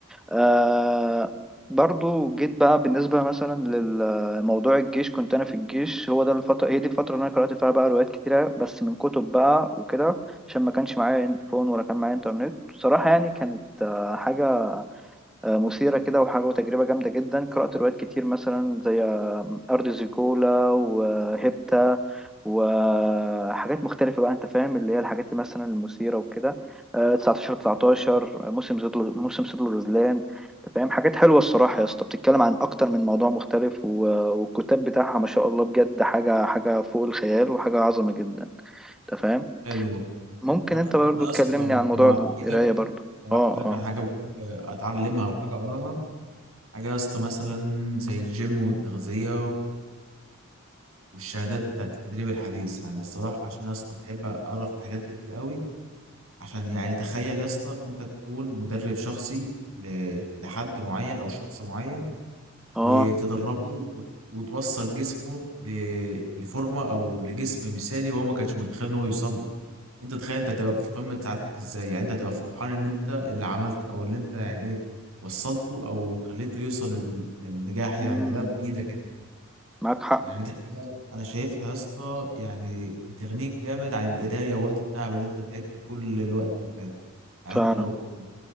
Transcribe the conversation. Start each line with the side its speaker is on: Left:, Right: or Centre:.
Centre: آه برضو جيت بقى بالنسبة مثلا للموضوع الجيش كنت أنا في الجيش هو ده الفترة هي دي الفترة اللي أنا قرأت فيها بقى روايات كتيرة بس من كتب بقى وكده عشان ما كانش معايا فون ولا كان معايا إنترنت بصراحة يعني كانت آه، حاجة آه، مثيرة كده وحاجة وتجربة جامدة جدا قرأت روايات كتير مثلا زي آه، أرض زيكولا وهيبتا وحاجات مختلفة بقى أنت فاهم اللي هي الحاجات دي مثلا المثيرة وكده آه، 19 19 موسم صيد الغ- موسم صيد الغزلان أنت فاهم حاجات حلوة الصراحة يا اسطى بتتكلم عن أكتر من موضوع مختلف و- والكتاب بتاعها ما شاء الله بجد حاجة حاجة فوق الخيال وحاجة عظمة جدا أنت فاهم
Right: حلو
Centre: ممكن
Right: انا
Centre: أنت برضو
Right: انا
Centre: تكلمني
Right: اصلا لو
Centre: عن موضوع
Right: لو
Centre: القراية
Right: احكي لك
Centre: برضو
Right: لو
Centre: أه
Right: احكي لك
Centre: أه
Right: عن حاجه بحب اتعلمها او حاجه اقراها حاجه يا اسطى مثلا زي الجيم والتغذيه والشهادات بتاعت التدريب الحديث يعني الصراحة عشان يا اسطى بحب أقرأ في الحاجات دي كتير قوي عشان يعني تخيل يا اسطى أنت تكون مدرب شخصي ل- لحد معين أو شخص معين
Centre: أه
Right: وتدربه وت- وتوصل جسمه ل- لفورمة أو لجسم مثالي هو ما كانش متخيل إن هو يوصل له أنت تخيل أنت تبقى في قمة سعادتك إزاي يعني أنت تبقى فرحان إن أنت اللي عملته أو اللي أنت يعني إيه وصلته أو خليته يوصل لل- للنجاح يعني
Centre: مم،
Right: ده بإيدك
Centre: معاك حق
Right: يعني دي حاجة أنا شايفها يا اسطى يعني بتغنيك جامد عن الإيديا ووقت التعب اللي أنت تعبته كل الوقت اللي فات يعني
Centre: فعلا
Right: أنت لو كنت-